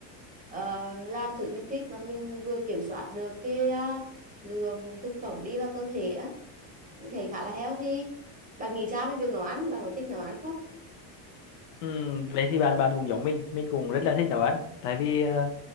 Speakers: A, on the right (about 15°); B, on the left (about 75°).
A: ờ, làm thử mình thích mà mình vừa kiểm soát được cái ờ, lượng thực phẩm đi vào cơ thể á thấy khá là healthy bạn nghĩ sao về việc nấu ăn bạn có thích nấu ăn không
B: Ừm, vậy thì bạn bạn cũng giống mình mình cũng rất là thích nấu ăn tại vì ờ,